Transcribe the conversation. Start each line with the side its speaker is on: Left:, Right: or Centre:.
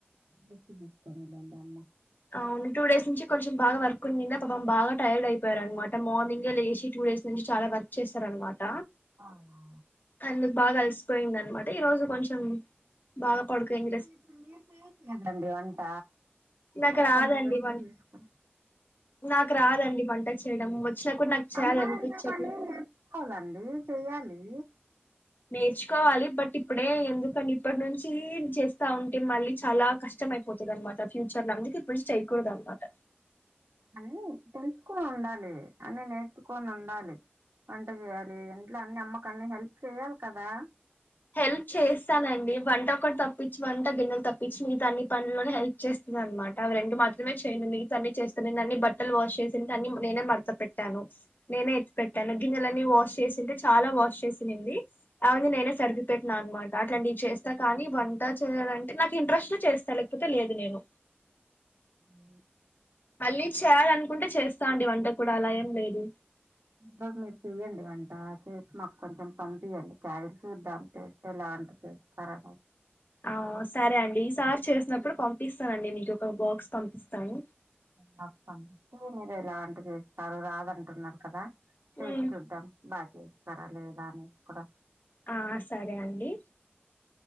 Right: రెస్ట్ తీసుకొనిండిలే అమ్మ
Left: అవును టూ డేస్ నుంచి కొంచెం బాగా వర్క్ ఉన్నింద పాపం బాగా టైర్డ్ అయిపోయారు అన్మాట మార్నింగే లేచి టూ డేస్ నుంచి చాలా వర్క్ చేస్తారనమాట
Right: అవునా
Left: అందుకు బాగా అలిసిపోయింది అన్నమాట ఈ రోజు కొంచెం బాగా పడుకోనింది
Right: మళ్లీ ఇప్పుడు మీరు చేయొచ్చు కదాండి వంట
Left: నాకు
Right: అమ్మ
Left: రాదండి
Right: కొంచెం రెస్ట్
Left: వం
Right: తీసుకుని
Left: నాకు రాదండి వంట చేయడం వచ్చినా కూడా నాకు చేయాలనిపించదు
Right: అమ్మాయి అన్నాక అన్నీ నేర్చుకోవాలండి చెయ్యాలి
Left: నేర్చుకోవాలి బట్ ఇప్పుడే ఎందుకని ఇప్పటి నుంచి చేస్తా ఉంటే మళ్ళీ చాలా కష్టమయి వచ్చిది అన్నమాట ఫ్యూచర్ లో అందుకే ఇప్పుడునుంచి చేయకూడదు అన్నమాట
Right: అన్ని తెలుసుకొని ఉండాలి అని నేర్చుకొని ఉండాలి వంట చేయాలి ఇంట్లో అన్ని అమ్మకన్ని హెల్ప్ చెయాలి కదా
Left: హెల్ప్ చేస్తాండి వంట ఒకటి తప్పించి వంట గిన్నెలు తప్పించి మిగా అన్ని పనుల్లో హెల్ప్ చేస్తున్నాను అన్నమాట అవి రెండు మాత్రమే చేయను మిగతా అన్ని చేస్తున్నా నేను అన్ని బట్టలు వాష్ చేసింది దాన్ని నేనే మడ్తా పెట్ తను నేనే ఎత్తి పెట్టాను గింన్నెలన్నీ వాష్ చేసింటే చాలా వాష్ చేసింది అవన్నీ నేనే సర్ది పెట్టినా అన్మాట అట్లాంటివి చేస్తా కానీ వంట చేయాలంటే నాకు ఇంట్రెస్ట్ఉంటే చేస్తా లేకపోతే లేదు నేను
Right: ఊ ఊ ఊ
Left: మళ్ళీ చేయాలనుకుంటే చేస్తా అండి వంట కూడా అలా ఏం లేదు
Right: బ మీరు చెయండి వంట చేసి మాకు కొంచెం పంపీయండి క్యారెట్ చూద్దాం దాని టెస్ట్ లాఉంటాదో ఆహా
Left: ఆ సరే అండి ఈ సార్ చేసినప్పుడు పంపిస్తానుండి మీకు ఒక బాక్స్ పంపిస్తాను
Right: మాక్ పంపిస్దువులే మీరు ఎలా వంటివి కూరలు రాదంటున్నారు కదా టేస్ట్
Left: ఉమ్,
Right: చూద్దాం బాగా చేస్తారా లేదా అని కూడా
Left: ఆ సరే అండి